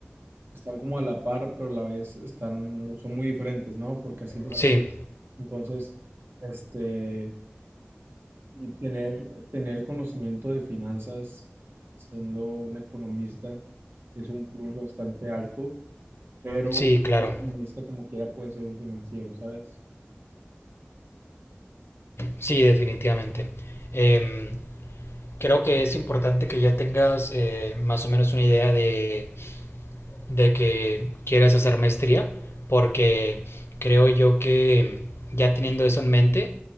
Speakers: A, on the right; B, on the left.
A: están como a la par, pero a la vez están, mu- son muy diferentes, ¿no? Porque así,
B: Sí,
A: así, entonces, este, y tener, tener conocimiento de finanzas siendo un economista es un plus bastante alto, pero
B: sí, claro.
A: un economista como quiera puede ser un financiero, ¿sabes?
B: Sí, definitivamente. Em, creo que es importante que ya tengas eh, más o menos una idea de, de que quieres hacer maestría, porque creo yo que ya teniendo eso en mente,